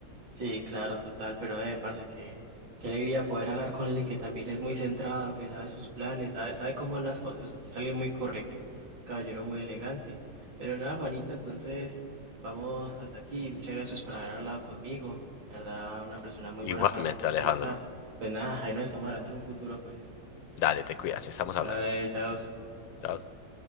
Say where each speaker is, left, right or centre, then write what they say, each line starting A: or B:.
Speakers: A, on the right; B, on the left.
A: Sí, claro, total, pero eh, parce, que qué alegría poder hablar con alguien que también es muy centrado, que sabe sus planes, sabe, sabe cómo son las cosas. Usted es alguien muy correcto, caballero muy elegante. Pero nada, panita, entonces vamos hasta aquí. Muchas gracias por haber hablado conmigo. La verdad, una persona muy
B: Igualmente,
A: buena para con-
B: Alejandro.
A: conversar. Pues nada, ahí nos estamos hablando en un futuro, pues.
B: Dale, te cuidas, estamos
A: Dale,
B: hablando.
A: chao.
B: Chao.